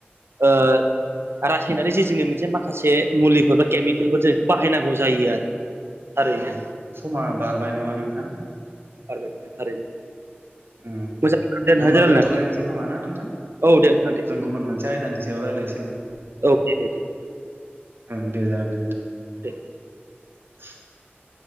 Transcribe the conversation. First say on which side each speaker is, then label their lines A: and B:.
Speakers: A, on the right (about 80°); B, on the right (about 65°).
A: रायनारि जे जोंनि मोनसे माखासे मुलिफोर केमिकेलफोर जों बेखौ बाहायनांगौ जायो आरो। थारैनो
B: ओं समा बारबाय नङा नोंथां?
A: औ औ थारैनो।
B: दा
A: मोजां दोन
B: होनमबा
A: रायलायनानै
B: दोनथ'लायनोसै खोमा ना नोंथां?
A: औ दे नोंथां दे
B: जों
A: औ
B: गुबुन मोनसे आयदानि सायाव रायज्लायसिगोन
A: औ दे दे
B: ओं। दे जागोनदे नोंथां।
A: <inaudible>
B: <inaudible>